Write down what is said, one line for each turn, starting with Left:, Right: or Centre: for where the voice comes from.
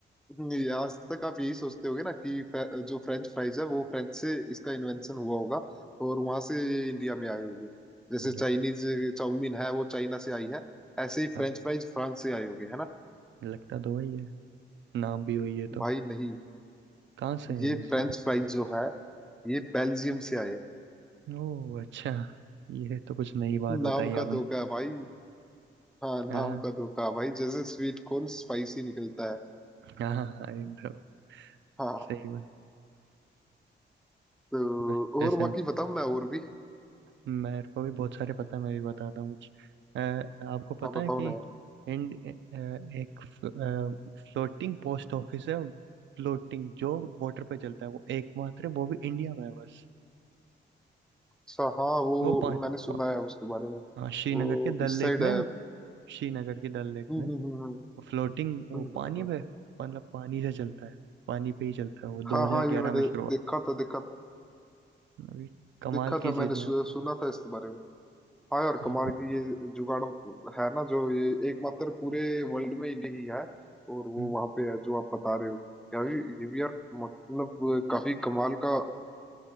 Centre: नहीं, आज तक आप यही सोचते होगे ना कि फे- जो फ्रेंच फ्राइज है वो फ्रेंच से इसका इन्वेंशन हुआ होगा और वहां से ये इंडिया में आए होंगे जैसे
Right: लग,
Centre: चाइनीज चाउमीन है वो चाइना से आई है ऐसे ही
Right: हाँ,
Centre: फ्रेंच फ्राइज फ्रांस से आए होंगे है ना
Right: लगता तो वही है नाम भी वही है तो
Centre: भाई नहीं
Right: कहाँ से है
Centre: ये
Right: उस
Centre: फ्रेंच फ्राइज जो है ये बेल्जियम से आए हैं
Right: ओह अच्छा ये तो कुछ नई बात
Centre: नाम
Right: बताई
Centre: का
Right: आपने
Centre: धोखा है भाई हाँ
Right: हाँ
Centre: नाम का धोखा है भाई जैसे स्वीट कॉर्न स्पाइसी निकलता है
Right: हाँ हाँ, एकदम
Centre: हाँ
Right: सही बात
Centre: तो
Right: वै- वैसे
Centre: और बाकी बताऊं मैं और भी
Right: मेरे को भी बहुत सारे पता है मैं भी बताता हूँ कुछ अ, आपको पता
Centre: हाँ बताओ
Right: है कि
Centre: ना
Right: इंड अ, एक फ्लोटिंग पोस्ट ऑफिस है फ्लोटिंग जो वाटर पे चलता है वो एकमात्र है, वो भी इंडिया में है बस
Centre: अच्छा हाँ वो
Right: वो पा,
Centre: मैंने सुना
Right: पा,
Centre: है उसके बारे में
Right: हाँ, श्रीनगर
Centre: वो
Right: के डल
Centre: इस
Right: लेक
Centre: साइड
Right: में
Centre: है
Right: है वो श्रीनगर के डल लेक
Centre: हम्म
Right: में
Centre: हम्म हम्म
Right: फ्लोटिंग वो
Centre: हम्म
Right: पानी
Centre: हम्म, हम्म, हम्म।
Right: में
Centre: हम्म।
Right: मतलब पानी से चलता है पानी पे ही चलता है वो 2011
Centre: हाँ हाँ ये मैंने
Right: में शुरू हुआ
Centre: देखा था देखा था
Right: अभी कमाल
Centre: देखा
Right: की
Centre: था मैंने
Right: चीज
Centre: सु,
Right: है
Centre: सुना था इसके बारे में हाँ यार
Right: हम्म,
Centre: कमाल की ये जुगाड़ है ना जो ये एकमात्र पूरे वर्ल्ड में इंडिया ही है और वो
Right: हम्म,
Centre: वहां पे है जो आप बता रहे हो यार ये ये भी यार मतलब काफी कमाल का